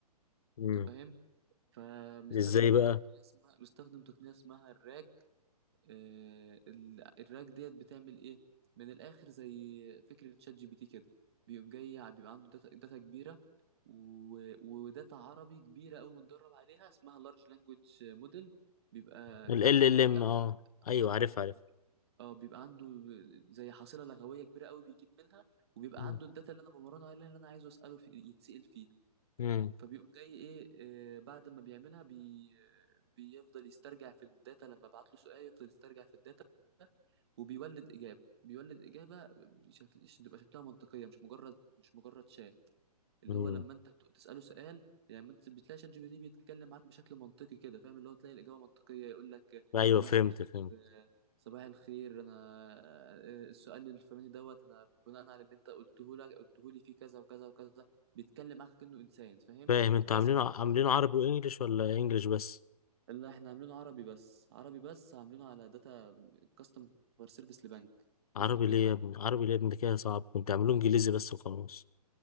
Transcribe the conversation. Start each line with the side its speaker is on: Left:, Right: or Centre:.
Left: مم.
Right: انت فاهم فمستخدم
Left: ازاي بقى
Right: تقنيه اسمها مستخدم تقنيه اسمها الراج آه، ال- الراك ديت بتعمل ايه من الاخر زي فكره شات جي بي تي كده بيقوم جاي ع- بيبقى عنده داتا, داتا كبيره و- وداتا عربي كبيره قوي متدرب عليها اسمها لارج لانجوج موديل بيبقى
Left: ال
Right: كلام
Left: ال
Right: كتير
Left: ال ام
Right: قوي
Left: اه ايوه
Right: اه
Left: عارف عارف
Right: بيبقى- اه بيبقى عنده زي حاصله لغويه كبيره قوي بيجيب منها وبيبقى
Left: مم.
Right: عنده الداتا اللي انا بمرنه عليها اللي انا عايزه اساله في يتسال فيها
Left: مم.
Right: فبيقوم جاي ايه آه، بعد ما بيعملها بي بيفضل يسترجع في الداتا لما ابعت له سؤال يفضل يسترجع في الداتا وبيولد إجابة بيولد إجابة بشكل بتبقى شكلها منطقية مش مجرد مش مجرد شات اللي
Left: مم.
Right: هو لما أنت بت- تسأله سؤال يعني أنت بتلاقي شات جي بي تي بيتكلم معاك بشكل منطقي كده فاهم اللي هو تلاقي الإجابة منطقية يقول لك
Left: ايوه
Right: صباح
Left: فهمت
Right: الخير
Left: فهمت
Right: آه، صباح الخير أنا آه، السؤال الفلاني دوت أنا بناء على اللي أنت قلته لك قلته لي فيه كذا وكذا وكذا بيتكلم معاك كأنه إنسان فاهم
Left: فاهم انتوا
Right: بس
Left: عاملينه
Right: هو ده المشروع
Left: عاملينه
Right: بتاعي
Left: عربي وانجليش ولا انجليش بس
Right: لا احنا عاملينه عربي بس عربي بس عاملينه على داتا كاستمر سيرفيس لبنك
Left: عربي
Right: خدمة عملاء
Left: ليه
Right: بنك
Left: يا ابني عربي ليه يا ابني ده كده صعب كنت اعملوه انجليزي بس وخلاص